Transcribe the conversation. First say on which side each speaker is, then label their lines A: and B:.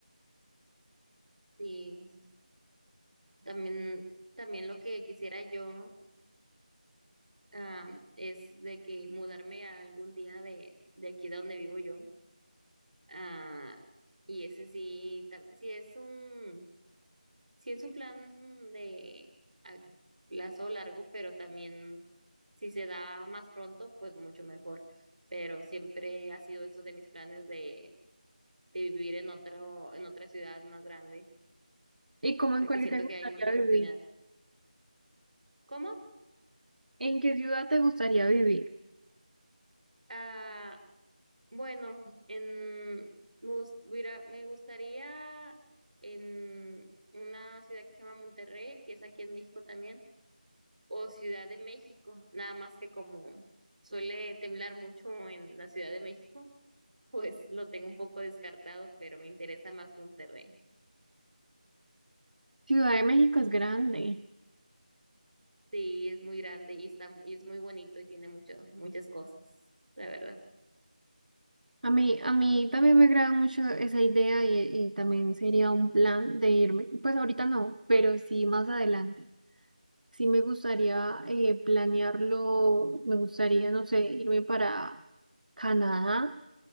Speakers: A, on the right; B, on the right.
A: sí. También, también lo que quisiera yo ah, es de que mudarme a algún día de, de aquí de donde vivo yo. Ah, y ese sí, ta- sí es un, sí es un plan de a plazo largo, pero también si se da más pronto, pues mucho mejor. Pero siempre ha sido eso de mis planes de, de vivir en otro, en otra ciudad más grande,
B: ¿Y cómo
A: porque
B: en cuál
A: siento
B: te gustaría
A: que hay más oportunidades.
B: vivir?
A: ¿Cómo?
B: ¿En qué ciudad te gustaría vivir?
A: Ah, Bueno, en, me gus- hubiera- me gustaría en una ciudad que se llama Monterrey, que es aquí en México también, o Ciudad de México, nada más que como suele temblar mucho en la Ciudad de México, <laughs> pues lo tengo un poco descartado, pero me interesa más Monterrey.
B: Ciudad de México es grande.
A: Sí, es muy grande y está, y es muy bonito y tiene mucho, muchas cosas, la verdad.
B: A mí, a mí también me agrada mucho esa idea y, y también sería un plan de irme. Pues ahorita no, pero sí más adelante. Sí me gustaría eh, planearlo, me gustaría, no sé, irme para Canadá